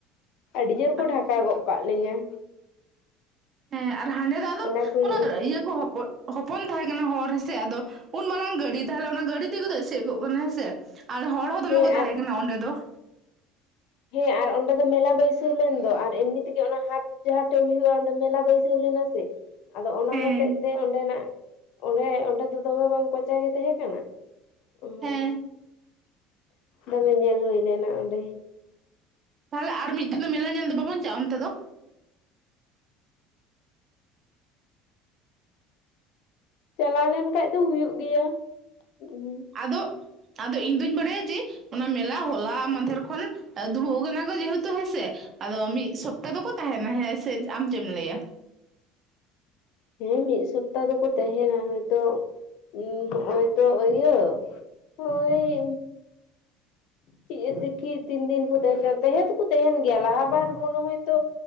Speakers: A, on the left; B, on the right.
A: ᱟᱹᱰᱤ ᱡᱩᱨ ᱠᱚ
B: ᱟᱪᱪᱷᱟ
A: ᱰᱷᱟᱠᱟ ᱜᱚᱜ ᱠᱟᱜ ᱞᱤᱧᱟ᱾
B: ᱦᱮᱸ ᱟᱨ ᱦᱟᱸᱰᱮ ᱫᱚ ᱟᱫᱚ
A: ᱚᱱᱟ ᱠᱚᱧ
B: ᱚᱱᱟᱹ ᱫᱚ ᱤᱭᱟᱹ ᱠᱚ ᱦᱚᱯᱚ <unintelligible> ᱦᱚᱯᱚᱱ ᱛᱟᱦᱮᱸ ᱠᱟᱱᱟ ᱦᱚᱨ ᱦᱮᱸ ᱥᱮ ᱟᱫᱚ ᱩᱱ ᱢᱟᱨᱟᱝ ᱜᱟᱹᱰᱤ ᱛᱟᱦᱚᱞᱮ ᱚᱱᱟ ᱜᱟᱹᱰᱤ ᱛᱮᱜᱮ ᱛᱚ ᱮᱥᱮᱫ ᱠᱚᱜ ᱠᱟᱱᱟ ᱦᱮᱸ ᱥᱮ᱾ ᱟᱨ ᱦᱚᱲ ᱦᱚᱸ ᱫᱚᱢᱮ
A: ᱦᱮᱸ
B: ᱠᱚ
A: ᱟᱨ
B: ᱛᱟᱦᱮᱸ ᱠᱟᱱᱟ ᱚᱸᱰᱮ ᱫᱚ ᱾
A: ᱦᱮᱸ ᱟᱨ ᱚᱱᱰᱮ ᱫᱚ ᱢᱮᱞᱟ ᱵᱟᱹᱭᱥᱟᱹᱣ ᱞᱮᱱ ᱫᱚ ᱟᱨ ᱮᱢᱱᱤ ᱛᱮᱜᱮ ᱚᱱᱟ ᱦᱟᱴ ᱡᱟᱦᱟᱸᱴᱮᱡ ᱦᱩᱭᱩᱜᱼᱟ ᱚᱸᱰᱮ ᱢᱮᱞᱟ ᱵᱟᱹᱭᱥᱟᱹᱣ ᱞᱮᱱᱟ ᱥᱮ ᱟᱫᱚ ᱚᱱᱟ
B: ᱦᱮᱸ
A: ᱦᱚᱛᱮᱜ ᱛᱮ ᱚᱸᱰᱮᱱᱟᱜ ᱚᱸᱰᱮ ᱚᱸᱰᱮ ᱫᱚ ᱫᱚᱢᱮ ᱵᱟᱝ ᱠᱚᱪᱟ ᱜᱮ ᱛᱟᱦᱮᱸ ᱠᱟᱱᱟ ᱦᱩᱸ
B: ᱦᱮᱸ
A: <unintelligible> ᱫᱚᱢᱮ ᱧᱮᱞ ᱦᱩᱭ ᱞᱮᱱᱟ ᱚᱸᱰᱮ᱾
B: ᱛᱟᱦᱚᱞᱮ ᱟᱨ ᱢᱤᱫ ᱫᱤᱱ ᱫᱚ ᱢᱮᱞᱟ ᱧᱮᱞ ᱫᱚ ᱵᱟᱵᱚᱱ ᱪᱟᱞᱟᱜᱼᱟ ᱚᱱᱛᱮ ᱫᱚ?
A: ᱪᱟᱞᱟᱣ ᱞᱮᱱ ᱠᱷᱟᱡ ᱫᱚ ᱦᱩᱭᱩᱜ ᱜᱮᱭᱟ ᱦᱩᱸ <unintelligible>
B: ᱟᱫᱚ, ᱟᱫᱚ ᱤᱧ ᱫᱩᱧ ᱵᱟᱲᱟᱭᱟ ᱡᱮ ᱚᱱᱟ ᱢᱮᱞᱟ ᱦᱚᱞᱟ ᱢᱟᱫᱷᱮᱨ ᱠᱷᱚᱱ ᱫᱩᱲᱩᱵ ᱟᱠᱟᱱᱟ ᱠᱚ ᱡᱮᱦᱮᱛᱩ ᱦᱮᱸ ᱥᱮ, ᱟᱫᱚ ᱢᱤᱫ ᱥᱚᱯᱛᱟ ᱫᱚᱠᱚ ᱛᱟᱦᱮᱱᱟ ᱦᱮᱸ ᱥᱮ ᱟᱢ ᱪᱮᱫ ᱮᱢ ᱞᱟᱹᱭ-ᱟ?
A: ᱦᱮᱸ ᱢᱤᱫ ᱥᱚᱯᱛᱟ ᱫᱚ ᱠᱚ ᱛᱟᱦᱮᱱᱟ ᱦᱚᱭᱛᱚ <inaudible> ᱛᱚ ᱤᱭᱟᱹ ᱦᱳᱭ <unintelligible> <inaudible> ᱫᱤᱠᱤ ᱛᱤᱱ ᱫᱤᱱ ᱠᱚ ᱛᱟᱦᱮᱱ ᱠᱟᱱ ᱛᱟᱸᱦᱮ ᱫᱚᱠᱚ ᱛᱟᱦᱮᱱ ᱜᱮᱭᱟ ᱞᱟᱦᱟ ᱵᱟᱨ ᱢᱚᱱᱮ ᱦᱚᱭᱛᱚ